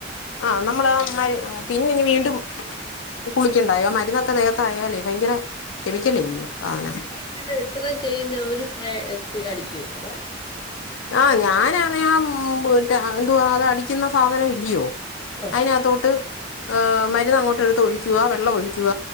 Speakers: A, on the left; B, on the left.
A: ആ നമ്മള് ആ പിന്നെ ഇനി വീണ്ടും കുളിക്കണ്ടായോ ആ മരുന്നൊക്കെ ദേഹത്തായാലേ ഭയങ്കര കെമിക്കലല്ലയോ സാധനം
B: ഇതിൻ്റ ഇത്രയും ചെയ്യുന്ന ഒരു സ്പ്രേ അടിക്കുവോ അതോ
A: ആ ഞാനാണെ ആ എന്തുവാ അത് അടിക്കുന്ന സാധനം ഇല്ലയോ
B: <unintelligible>
A: അതിനകത്തോട്ട് മരുന്ന് അങ്ങോട്ട് എടുത്ത് ഒഴിക്കുവ വെള്ളം ഒഴിക്കുവ